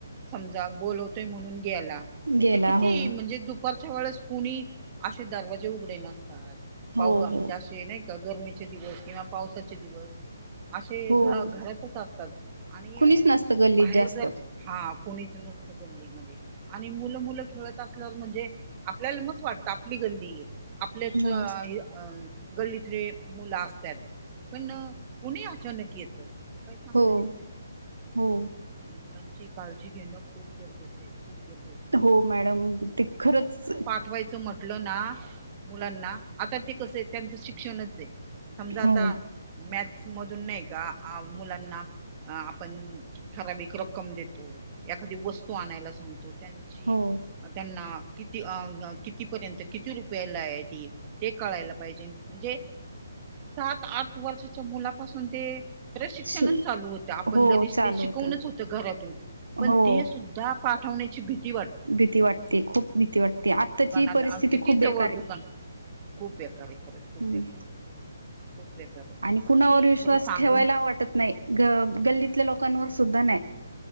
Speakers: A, on the right; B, on the right.
A: समजा बोलवतोय म्हणून ग्याला त
B: गेला
A: ते किती
B: हो
A: म्हणजे दुपारच्या वेळेस कुणी असे दरवाजे उघडे नसतात.
B: हो
A: पाऊ म्हणजे
B: हो
A: अशे नाही का गरमीचे दिवस किंवा पावसाचे दिवस. अशे
B: हो
A: घ घरातचं असतात आणि
B: कुणीच नसतं गल्लीत
A: बाहेर
B: जास्त
A: जर हां कोणीचं नसतं गल्ली मध्ये. आणि मुलं मुलं खेळत असल्यावर म्हणजे आपल्याला मच वाटतं आपली गल्ली. आपल्याच
B: हो
A: अ गल्लीतली मुलं असत्यात. पण कोणीही अचानक येतं काही सांगता
B: हो
A: येत नाही.
B: हो
A: मुलांची काळजी घेणं खूप गरजेचं आहे खूप गरजेचं.
B: हो मॅडम ते खरंच
A: वाचाय म्हटलं नां मुलांना आता ते कसं हाय त्यांच शिक्षणचं हायं समजा
B: हो
A: मॅथ्स मधून नाही का आ मुलांना आपण ठराविक रक्कम देतो एखादी वस्तू आणायला सांगतो त्यांची
B: हो
A: अ त्यांना. कितीं अ अ कितींपर्यंत कितीं रुपयाला आहे ती ते कळायलां पाहिजे म्हणजे. सातं-आठं वर्षाच्या मुलापासून तेअ- प्रशिक्षणचं
B: सु
A: चालू होतं आपण,
B: हो
A: जरी
B: चालू
A: ते शिकवूनंच
B: होत
A: होतं घरातून पणं
B: हो
A: ते सुद्धां - पाठवण्याचीई भीतीअ वाटते. -
B: भीती वाटते खूपं भीती वाटते, आत्तांची
A: दुकानात
B: परिस्थिती
A: किती
B: खूपं
A: जवळ
B: बेकार आहे.
A: दुकान खूप बेकार आहे. खरंच खूप
B: हम्म
A: बेकारं आहे खूप बेकारौ आहे.
B: आणि कुणावर विश्वास
A: खरं सांगून
B: ठेवायला वाटत नाही. ग गल्लीतल्याय लोकांवर सुद्धां नाही